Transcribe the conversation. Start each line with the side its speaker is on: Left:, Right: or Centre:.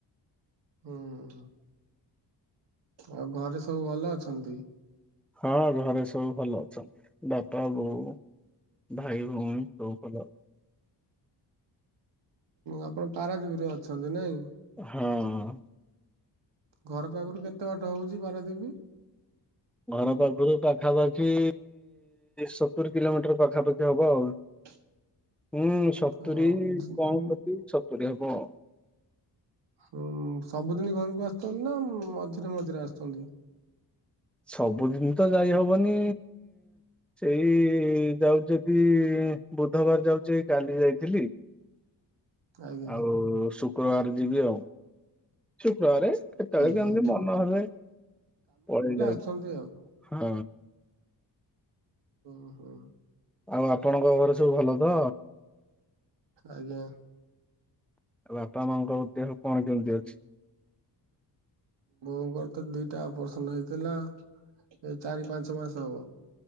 Right: ହୁଁ ଆଉ ଘରେ ସବୁ ଭଲ ଅଛନ୍ତି।
Centre: ହଁ ଘରେ ସବୁ ଭଲ ଅଛନ୍ତି ବାପା ବୋଉ ଭାଇ ଭଉଣୀ ସବୁ ଭଲ
Right: ଆପଣ ପାରାଦ୍ୱୀପରେ ଅଛନ୍ତି ନାଇଁ
Centre: ହଁ
Right: ଘର ପାଖରୁ କେତେ ବାଟ ହଉଛି ବାରାଦିପି
Centre: ଘର ପାଖରୁ ପାଖାପାଖି ସତୁରି କିଲୋମିଟର ପାଖାପାଖି ହବ ଆଉ
Right: <inaudible>
Centre: ହୁଁ ସତୁରି
Right: ହଁ
Centre: ପଅସଠୀ
Right: ଜ- ଉଁ,
Centre: ସତୁରି ହବ ଆଉ
Right: ହ ସବୁଦିନ ଘରକୁ ଆସୁଛନ୍ତି ନା ମଝିରେ ମଝିରେ ଆସୁଛନ୍ତି
Centre: ସବୁଦିନ ତ ଯାଇ ହବନି ସେଇ ଯାଉ ଯଦି, ବୁଧବାର ଯାଉଛି କାଲି ଯାଇଥିଲି।
Right: ଆଜ୍ଞା
Centre: ଆଉ ଶୁକ୍ରବାର ଯିବି ଆଉ। ଶୁକ୍ରବାରେ କେତେବେଳେ
Right: ଆଜ୍ଞା
Centre: କେମିତି ମନ ହେଲେ ପଳେଇ ଯାଉ।
Right: ଅଛନ୍ତି ଆଉ।
Centre: ହଁ।
Right: ଓ ହୋ।
Centre: ଆଉ ଆପଣଙ୍କ ଘରେ ସବୁ ଭଲ ତ?
Right: ଆଜ୍ଞା।
Centre: ଆଉ ବାପା ମାଆଙ୍କ ଦେହ କଣ କେମିତି ଅଛି?
Right: ବୋଉଙ୍କର ତ ଦିଟା ଅପରେସନ ହେଇଥିଲା, ଏ ଚାରି ପାଞ୍ଚ ମାସ ହବ।